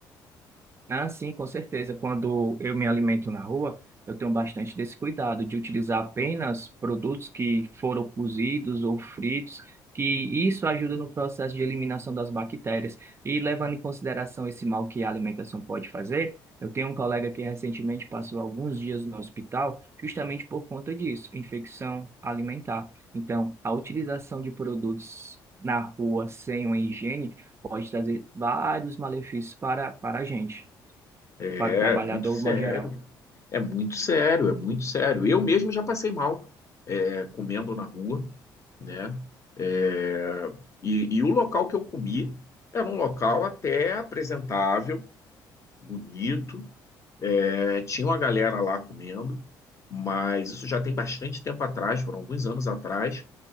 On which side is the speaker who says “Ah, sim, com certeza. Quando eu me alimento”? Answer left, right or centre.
Right